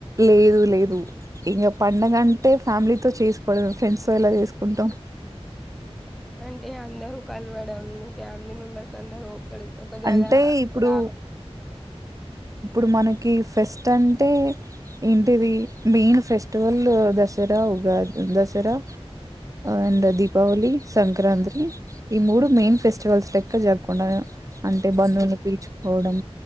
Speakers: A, on the right (about 30°); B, in the centre.
A: లేదు లేదు ఇంకా పండగంటే ఫ్యామిలీతో చేసుకోవడమే ఫ్రెండ్స్ తో ఎలా చేసుకుంటాం
B: అంటే అందరూ కలవడం ఫ్యామిలీ మెంబర్స్ అందరూ ఒకరి ఒక జాగా
A: అంటే ఇప్పుడు
B: రావడం
A: ఇప్పుడు మనకి ఫెస్ట్ అంటే ఏంటిది main festival Dasara Ugadi Dasara and
B: um.
A: Deepavali Sankranti ఈ మూడు మెయిన్ ఫెస్టివల్స్ లెక్క జరుపుకుంట నేను అంటే బంధువుని పీల్చుకోవడం